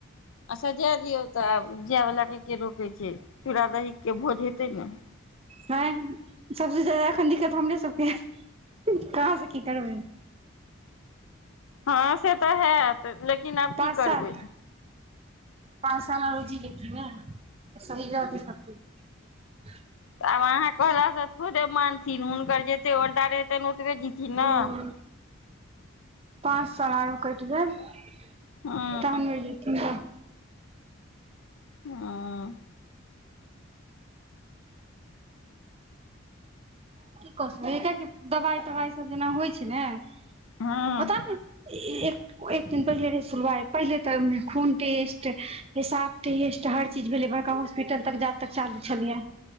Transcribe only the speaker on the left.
आछा जाय दियौ तऽ आब जाय वला के के रोकै छै चूड़ा दहीके भोज हेतै ने।
हँ से तऽ हैत। लेकिन आब
की
करबै
तब अहाँ कहला सँ- थोड़े मानथिन हुनकर जते औरदा रैहतेन ओतबे जिथिन ने।
हँ
हँ
हँ